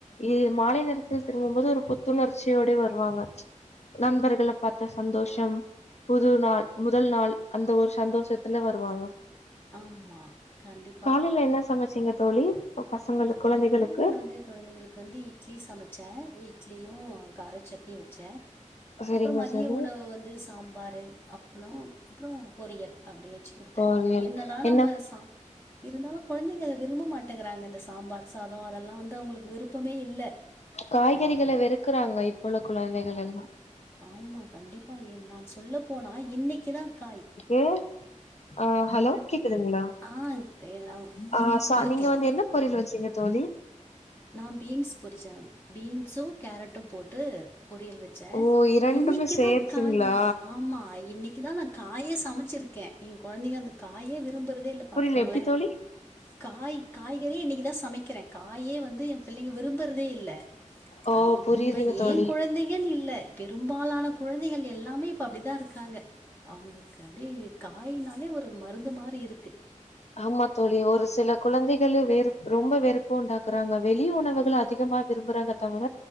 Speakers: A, on the left (about 60°); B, on the left (about 15°).
A: இது மாலை நேரத்தில் திரும்பும்போது ஒரு புத்துணர்ச்சியோட வருவாங்க நண்பர்கள பாத்த சந்தோஷம் புது நாள் முதல் நாள் அந்த ஒரு சந்தோஷத்துல வருவாங்க
B: ஆமா கண்டிப்பா
A: காலையில என்ன சமைச்சீங்க தோழி பசங்களுக்கு
B: காலையில
A: குழந்தைகளுக்கு
B: நான் வந்து கொழந்தைங்களுக்கு வந்து இட்லி சமச்ச இட்லியும் கார சட்னியு வச்ச
A: சரிங்க
B: அப்ரோ மதிய
A: சரி
B: உணவு வந்து சாம்பாரு அப்ளோ அப்ரோ பொரியல் அப்டி வச்சி குடுத்த
A: பொரியல்
B: என்னதா
A: என்ன
B: நம்ம சா இருந்தாலு கொழந்தைங்க அத விரும்ப மாட்டங்கறாங்க அந் சாம்பார் சாதம் அதெல்லா வந்து அவங்களுக்கு விருப்பமே இல்ல
A: காய்கறிகள
B: அஹ்
A: வெறுக்குறாங்க இப்போ உள்ள கொழந்தைகள் எல்லா
B: ஆமா கண்டிப்பா ஏ நா சொல்ல போனா இன்னக்கி தா காய்
A: ஏ ஆ ஹலோ கேக்குதுங்ளா
B: ஆ க- நான்
A: அ ச
B: இருக்கேன்
A: நீங்க வந்து என்ன பொரியல் வச்சீங்க தோழி
B: நா பீன்ஸ் பொரிச்ச பீன்ஸ்சு கேரட்டும் போட்டு பொரியல் வச்ச
A: ஓ இரண்டுமே
B: இன்னக்கி
A: சேர்த்துங்களா
B: தா காயுமே ஆமா இன்னக்கி தா நா காயே சமச்சிருக்க ஏ கொழந்தைங்க அந்த காயே விரும்பறதே இல்ல பாத்துக்கோங்கள
A: புரியல எப்டி தோழி
B: காய் காய்கறீயே இன்னக்கிதா சமைக்கிறே காயே வந்து எ பிள்ளைங்க விரும்புறதே இல்ல
A: ஓ
B: அது இப்ப
A: புரியுதுங்க
B: ஏ
A: தோழி
B: கொழந் கொழந்தைங்கன்னு இல்ல பெரும்பாலான குழந்தைகள் எல்லாமே இப்ப அப்டிதா இருக்காங்க அவுங்குளுக்கு அப்டியே காயினாலே ஒரு மருந்து மாரி இருக்கு
A: ஆமா தோழி ஒரு சில குழந்தைகள் வேறு ரொம்ப வெறுப்பு உண்டாக்குறாங்க வெளிய உணவுகள அதிகமா விரும்புறாங்க தவிர